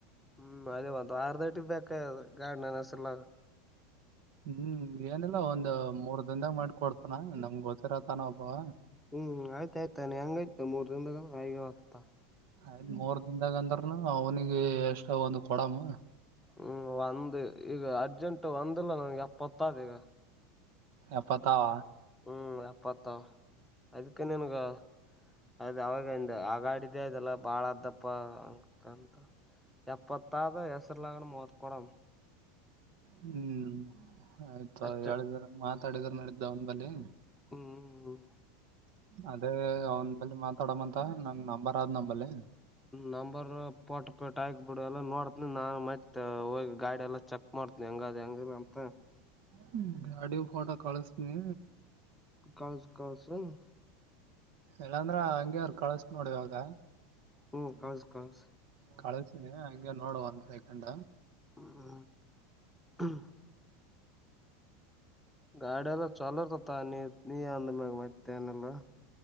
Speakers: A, in the centre; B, on the right.
A: ಹ್ಮ್ ಅದೇ ಒಂದು ಆರ್ಧಟಿಗೆ ಬೇಕ ಗಾರ್ನನ್ಸಲ.
B: ಹ್ಮ್ ಏನಿಲ್ಲ ಒಂದ್ ಮೂರ್ ದನ್ದಾಗ ಮಾಡಕ ಕೊಡ್ತಾನ ನಮ್ಗೆ ಗೊತ್ತಿರತಾನ ಒಬ್ಬವ.
A: ಹ್ಮ್ ಆಯ್ತಾಯ್ತಾನೆ ಹೆಂಗಾಯಯ್ತ ಮೂರ್ ದಿನದ ಹ ಆಯ್ತು.
B: ಆಯ್ತ್ ಮೂರ್ ದಿನದಾಗ ಅಂದ್ರನು ಅವ್ನಿಿಗೆ ಎಷ್ಟಾಗ ಒಂದು್ ಕೊಡಮ್ಮ.
A: ಹ್ಮ್ ಒಂದು ಈಗ ಅರ್ಜೆಂಟ್ ಒಂದಿಲ್ಲ ನನ್ಗೆ ಎಪ್ಪತ್ತಾದ ಈಗ.
B: ಎಪ್ಪತಾವ.
A: ಹ್ಮ್ ಎಪ್ಪತ್ತ ಅದಕ್ಕೆ ನಿನಗೆ. ಅದ್ ಅವಾಗಂದ ಆಗಾಡಿದ್ದೇ ಇದೆಲ್ಲ ಬಾಳ ಅ್ದಪ್ಪ. ಕಂತ ಎಪ್ಪತ್ತದು ಹೆಸರುಲಾಗನ ಮೋತ್ಕಡ.
B: ಹ್ಮ್ ಆಯ್ತು
A: ಅಷ್ಟೆ
B: ಹೇಳಿದ್ರ ಮಾತಾಡಿದ್ರ ನಡಿದ್ದ ಒಂದ ಬಲ್ಲಿ.
A: ಹ್ಮ್
B: ಅದೇ ಅವನ ಬಲ್ಲಿ ಮಾತಾಡಮ್ಮಂತ ನನ್ ನಂಬರ್ ಆದ್ ನಂಬಲ್ಲಿ.
A: ನಂಬರ್ ಪಟ್ ಕೊಟ್ಟ ಆಕ್ ಬಿಿಡು ಎಲ್ಲ ನೋಡತನಿ ನಾನ್ ಮೈತ್ ಹೋಗ. ಗಾಡಿ ಎಲ್ಲ ಚೆಕ್ ಮಾಡ್ತನಿ ಹೆಂಗದ್ ಹೆಂಗಿಲ್ಲ ಅಂತ.
B: ಹ್ಮ ಗಾಡಿ ಫೋಟೋ ಕಳಸ್ತನಿ.
A: ಕಳಸ ಕಳಸ ಅನ್.
B: ಇಲ್ಲಾಂದ್ರ ಹಂಗಗೆರು ಕಳಸತನ ನೋಡ ಇವಾಗ.
A: ಹ್ಮ ಕಳಸ ಕಳಸ.
B: ಕಳ್ಸೀಿನಿ ಹಂಗೆ ನೋಡು ಒಂದ್ ಸೆಕಂಡ.
A: ಹ್ಮ ಹ್ಮ. ಗಾಡಿಯಲ್ಲ ಚಲತತ ಅಾನ. ನೀ ಅಂದಮಾಗ ಮತ್ತೇನ ಇಲ್ಲಾ.